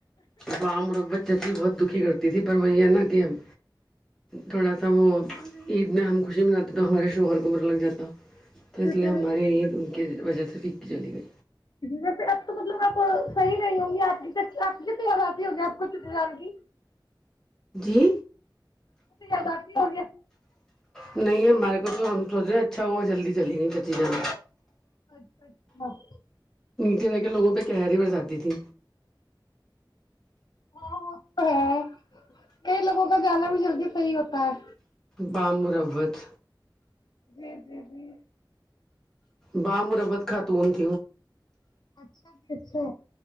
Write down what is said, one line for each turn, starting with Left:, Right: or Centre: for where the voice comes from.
Centre: بام مربت جی بہت دکھی کرتی تھی پر وہی ہے نا کہ ہم تھوڑا سا وہ عید میں ہم خوشی مناتے تو ہمارے شوہر کو برا لگ جاتا تو اس
Left: ج
Centre: لیے
Left: ج
Centre: ہماری عید ان کی وجہ سے پھیکی چلی گئی
Left: ویسے اب تو مطلب آپ صحی نہیں ہوں گی آپ کی س آپ کی پ واپی ہوگی آپ کو چزاروںگی
Centre: جی
Left: یاد آختی ہوگی <unintelligible>
Centre: نہیں ہمارے کو تو ہم سوچ رہے اچھا ہوا جلدی چلی گی کچی جان
Left: اچھا اچھا واہ
Centre: نیچے رہ کے لوگوں پہ کہہری برساتی تھی
Left: ہاں وہ تو ہے کئی لوگوں کا جانا بھی جلدی صحیح ہوتا ہے
Centre: ب مروت
Left: جی جی جی
Centre: ب مربت خاتون ت
Left: اچھا جی اچھا